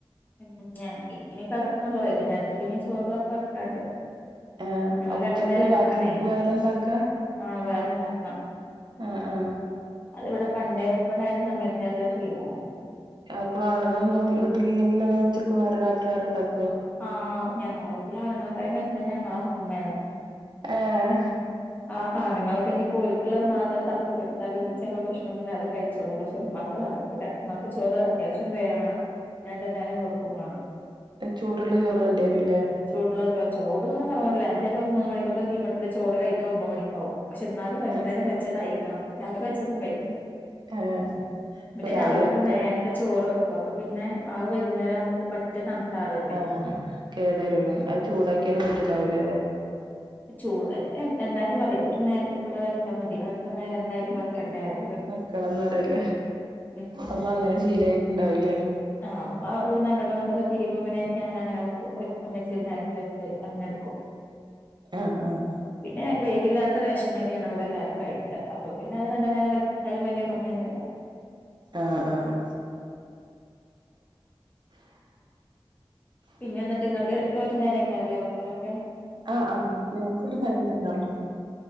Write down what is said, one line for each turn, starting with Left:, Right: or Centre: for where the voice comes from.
Left: ഉം എനിക്കിനി കെടക്കുണൊള്ളു വൈകുന്നേരത്തേക്ക് ഇനി ചോറൊക്കെ വെക്കാണ്ട്.
Right: ഏഹ്
Left: ഞങ്ങൾ
Right: ഉച്ചക്ക്
Left: രണ്ടു നേരം
Right: രാത്രികക്കും
Left: വെക്കണേ
Right: വേറേ ഇണ്ടാക്കാ?
Left: ആഹ് വേറെണ്ടാക്കണം.
Right: ആഹ് ആഹ്
Left: അത് ഇവടെ പണ്ടേ ഉപ്പ ഉണ്ടായിന്ന സമയത്തേയുള്ള ശീലാണ്.
Right: അപ്പളോ ആണുങ്ങളൊന്നും വീട്ടിലില്ലെങ്കിലോ അങ്ങനെ ഉച്ചക്കും വേറെ രാത്രി വേറെ ഇണ്ടാക്കോ?
Left: ആഹ് ഞങ്ങളെ വീട്ടിലെ ആണുങ്ങളെക്കായിം കശ്ട്ടം ഞങ്ങളെ ഇമ്മേണ്
Right: ഏഹ്
Left: ആഹ് ആണ്ങ്ങളൊക്കെ ഇഞ്ഞ്പ്പോൽ ക്ക്ളളത് മാത്രം തെളപ്പിച്ച് കൊടുത്താലും ചെലപ്പോ പ്രശ്നൊന്നുല്ലാതെ കഴിച്ചോളും പക്ഷെ ഇമ്മാക്ക് നട ക്കൂല, ഇമ്മാക്ക് ചോറ് അത്യാവിശ്യം വേവണം രണ്ടു നേരം വെക്കും വാണം.
Right: എഹ് ചൂടുള്ള ചോറ് വാണ്ടി വരുല്ലേ?
Left: ചൂടുള്ള ചോർ ചൂട്ന്നൊന്നും പറയാൻ പറ്റൂല്ല. ഞാൻ ചെലപ്പം മൂന്ന് മണിക്കൊക്കെ തീമെട്ടിട്ട് ചോറ് കഴിക്കാ ഒമ്പത് മണിക്കാവും. പക്ഷെ ഇന്നാലും വൈകുന്നേരം
Right: ആഹ്
Left: വെച്ചതായിരിക്കണം. രാവിലെ വെച്ചൊന്നും കഴിക്കൂല,
Right: ആഹ് ഇപ്പൊ
Left: ഇവടെ രാവിലെ ഇവിടെ
Right: വെച്ച
Left: നേര ത്തെ ചോറ് വെക്കും അപ്പം പിന്നെ വൈകുന്നേരാവുമ്പോക്ക് പറ്റെ തണുത്താറല്ലേ?
Right: ആഹ് കേടരും അത് ചൂടാക്കിയാലും പറ്റ്ണ്ടാവൂലല്ലെ?
Left: ചൂട് എന്തായാലും പറയും ഒരു നേരത്തേക്കുള്ള വെച്ചാ മതി അടുത്ത നേരം എന്തായാലും വെക്കണ്ടേറിയും
Right: വെക്കളംന്നറിയില്ലേ?
Left: ഉം
Right: അപ്പൊ അങ്ങനെ ശീലായിട്ടുണ്ടാവൂലേ?
Left: ആഹ് അപ്പോ ഇവിടുന്ന് അങ്ങട്ടോ ഇങ്ങട്ടോക്കെ തിരിയുമ്പം പിന്നെ ഞാനങ്ങനെ വെക്കും ഒന്നിച്ച് ഒരു നേരത്തെ വെച്ച് അങ്ങനെ എടു
Right: ആഹ് ആഹ്,
Left: പിന്നെ വേവില്ലാത്ത റേഷനരിയാണ് വിടെ എല്ലാരും കഴിക്ക. അപ്പൊ പിന്നത് രണ്ടു നേരം വച്ചാലും വല്യ പണിയൊന്നല്ല.
Right: ആഹ് ആഹ്.
Left: പിന്നെ ന്നിട്ട് ങ്ങക്ക് ഒരു നേര യ്ക്കാറല്ലേ വെക്കലൊക്കെ?
Right: ആഹ് ആഹ് ഞങ്ങക്കൊര് നേരം തന്നാണ്.